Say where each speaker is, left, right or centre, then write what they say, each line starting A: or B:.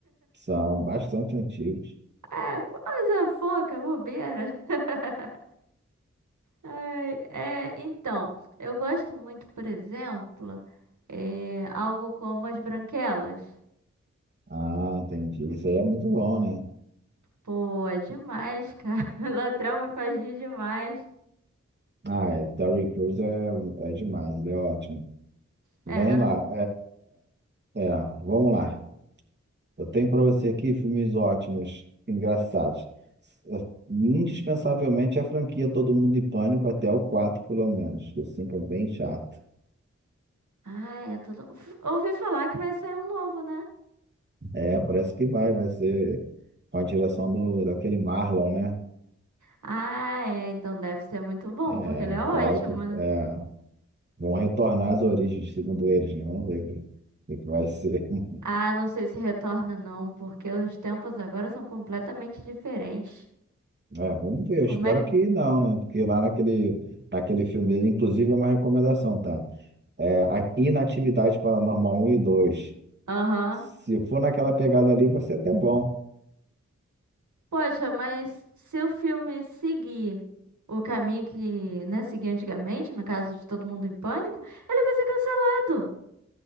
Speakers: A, on the right; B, on the right.
A: São bastante antigos.
B: É, coisa foca, bobeira. <laughs> Ai, É, então, eu gosto muito, por exemplo, é, algo como As Branquelas.
A: Ah, entendi. Isso aí é muito bom, né?
B: Pô, é demais, cara. <laughs> O Latrão me faz rir demais.
A: Ah, é, Terry Crews é, é demais, ele é ótimo. Vem
B: É, na...
A: lá, é, é, vamos lá. Eu tenho para você aqui filmes ótimos, engraçados. S- Indispensavelmente a franquia Todo Mundo em Pânico, até o 4, pelo menos. O 5 é bem chato.
B: Ah, é tudo... Uf, Ouvi falar que vai sair um novo, né?
A: É, parece que vai, vai ser com a direção do, daquele Marlon, né?
B: Ah, é, então deve ser muito bom,
A: É,
B: porque ele é ótimo,
A: falaram que é,
B: né?
A: vão retornar às origens, segundo eles, né? Vamos ver o que o que vai ser. <laughs>
B: Ah, eu não sei se retorna não, porque os tempos agora são completamente diferentes.
A: É, vamos ver, eu
B: Como
A: espero
B: é que...
A: que não, né? Porque lá naquele, naquele filme, inclusive é uma recomendação, tá? É, a Inatividade Paranormal um e dois
B: Aham.
A: Se for naquela pegada ali, vai ser até bom.
B: Poxa, mas se o filme seguir o caminho que, né, seguia antigamente, no caso de Todo Mundo em Pânico, ele vai ser cancelado.